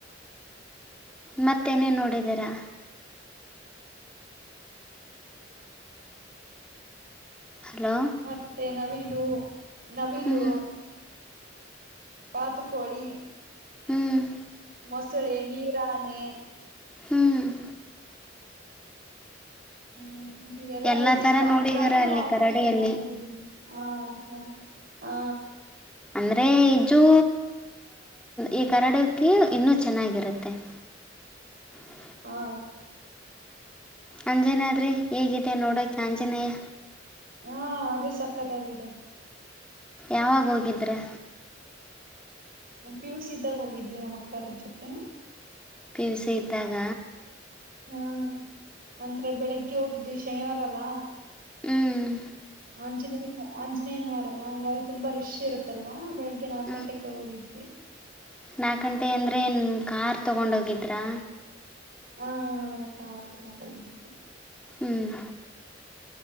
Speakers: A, in the centre; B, on the right (about 50°).
A: ಮತ್ತೇನೇ ನೋಡಿದರಾ ಹಲೋ
B: ಮತ್ತೆ ನವಿಲು ನವಿಲು
A: ಹ್ಮ್
B: ಬಾತುಕೋಳಿ
A: ಹ್ಮ್
B: ಮೊಸಳೆ ನೀರಾನೆೆ
A: ಹ್ಮ್
B: ಹ್ಮ್ ನೀವೆಲ್ಲಾ
A: ಎಲ್ಲಾ
B: ನೋಡಿದೀವಿ
A: ತರ
B: ಪ್ರ
A: ನೋಡಿದೀರ
B: ಪ್ರಾಣಿಗಳು
A: ಅಲ್ಲಿ
B: ಆಲ್ಮೋಸ್ಟ್
A: ಕರಡಿಯಲ್ಲಿ
B: ಎಲ್ಲಾ ನೋಡಿದಿವವಿ ಹ್ಮ ಹಾ
A: ಅಂದ್ರೆ ಈಜು ಈ ಕರಡಕ್ಕೆ ಇನ್ನೂ ಚೆನ್ನಾಗಿರುತ್ತೆ. ಹಮ್ <inaudible>
B: ಹಾ
A: ಆಂಜನಯ ಆದ್ರಿ ಹೇಗಿದೆ ನೋಡೋಕ ಆಂಜನೇಯ
B: ಹಾ ಅದು ಸಕ್ಕತ್ತಾಗಿದೆ.
A: ಯಾವಾಗ ಹೋಗಿದ್ರೆ
B: ಪಿ ಯು ಸಿ ಇದ್ದಾಗ ಹೋಗಿದ್ವಿ ನಮ್ಮ ಅಕ್ಕ ಜೊತೆ
A: ಪಿವಿಸಿ ಇದ್ದಾಗ
B: ಹ್ಮ್ ಅಂದ್ರೆ ಬೆಳಿಗ್ಗೆ ಹೋಗಿದ್ದ್ವಿ ಶನಿವಾರಲ್ಲ
A: ಹ್ಮ್
B: ಆಂಜನೇಯ ಆಂಜನೇಯನ ವಾರಲ್ಲಾ ಹಂಗಾಗಿ ತುಂಬಾ ರಶ್ ಇರುತ್ತಲ್ ಬೆಳಿಗ್ಗೆ ನಾಲ್ಕು
A: ಹ್ಞೂ
B: ಗಂಟೆ ಹೋಗಿದ್ವಿ.
A: ನಾಲ್ಕು ಗಂಟೆ ಅಂದ್ರೆ ಏನು ಕಾರ್ ತಗೊಂಡೋಗಿದ್ರಾ?
B: ಹ ಹ ಕಾರ್ ತಗೊಂಡ ಹೋಗಿದ್ವಿ.
A: ಹ್ಮ್